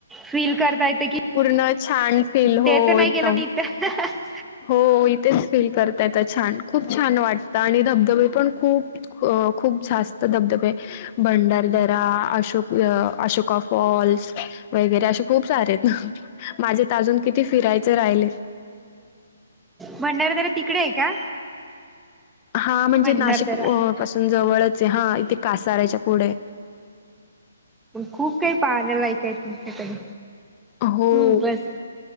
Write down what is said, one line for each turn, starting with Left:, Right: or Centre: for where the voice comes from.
Centre: फील करता येत की,
Left: पूर्ण छान फील
Centre: ते
Left: हो
Centre: तर नाही
Left: एकदम
Centre: गेलं मी इथं -
Left: हो इथेच फील करता येत छान- खूप छान वाटतं आणि धबधबे पण खूप खूप जास्त धबधबे, भंडारदरा अशोक अशोका फॉल्स, वगैरे असे खूप सारेत माझेत अजून किती फिरायचे राहिले.
Centre: भंडारादरा तिकडे आहे का?
Left: हा म्हणजे
Centre: भंडारदरा
Left: नाशिक पासून जवळच आहे हा इथे कासाराच्या पुढे-
Centre: खूप काही पाहण्यालायक आहे तुमच्याकडे.
Left: हो..
Centre: खूप बस